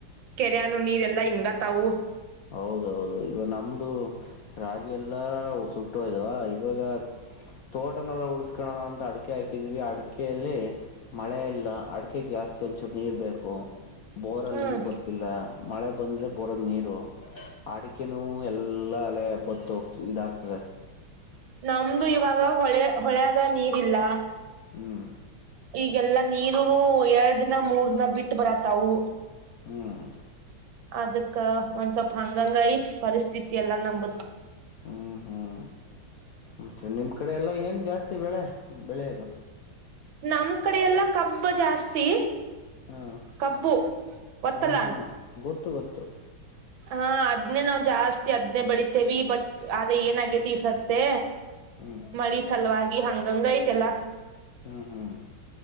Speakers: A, on the right (about 75°); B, on the left (about 70°).
A: ಕೆರೆಯಾನು ನೀರೆಲ್ಲಾ ಹಿಂಗತ್ತವು
B: ಹೌದೌದು ಇಗ ನಮ್ದೂ ರಾಗಿ ಎಲ್ಲಾ ಸುಟ್ಟೋಯ್ದವ ಇವಾಗ ತೋಟನಲ್ಲ ಉಳ್ಸ್ಕಣ ನಂತ ಅಡಿಕೆ ಹಾಕಿದೀವಿ ಅಡಿಕೆಯಲ್ಲಿ ಮಳೆ ಇಲ್ಲ ಅಡಿಕೆಗೆ ಜಾಸ್ತಿ ಒಂಚೂರು ನೀರು ಬೇಕು. ಬೋರಲ್ಲಿ
A: ಹ್ಮ್
B: ನೀರು ಬರ್ತಿಲ್ಲ ಮಳೆ ಬಂದರೆ ಬೋರಗೆ ನೀರು ಅಡಿಕೆನೂ ಎಲ್ಲಾ ಅಲೆ ಬತ್ತು ಹೋಗ್ತ ಇದಾಗ್ತದೆ
A: ನಮ್ದು ಇವಾಗ ಹೊಳೆ ಹೊಳೆಗ ನೀರಿಲ್ಲ
B: ಹ್ಞೂ
A: ಈಗೆಲ್ಲಾ ನೀರು ಎರಡು ದಿನ ಮೂರ್ ದಿನ ಬಿಟ್ಟು ಬರತ್ತಾವು
B: ಹ್ಮ್
A: ಅದಕ್ಕ ಒಂದ್ ಸ್ವಲ್ಪ ಹಂಗಂಗ್ ಐತಿ ಪರಿಸ್ಥಿತಿ ಎಲ್ಲಾ ನಂಬುದು
B: ಹ್ಮ್ ಹ್ಮ್ ಮತ್ತೆ ನಿಮ್ಮ ಕಡೆ ಎಲ್ಲಾ ಏನ್ ಜಾಸ್ತಿ ಬೆಳೆ ಬೆಳೆಯೋದು
A: ನಮ್ ಕಡೆ ಎಲ್ಲಾ ಕಬ್ಬು ಜಾಸ್ತಿ
B: ಹಾಂ
A: ಕಬ್ಬು ಗೊತ್ತಲ್ಲ
B: ಹಾಂ ಹಾಂ ಗೊತ್ತು ಗೊತ್ತು
A: ಹಾ ಅದ್ನೇ ನಾವು ಜಾಸ್ತಿ ಅದ್ನೇ ಬೆಳಿತೇವಿ ಬಟ್ ಆದ ಏನಾಗೇತಿ ಈಸರ್ತೆ
B: ಹ್ಞೂ
A: ಮಳಿ ಸಲುವಾಗಿ ಹಂಗಂಗ್ ಐತೆಲ್ಲ
B: ಹ್ಮ್ ಹ್ಮ್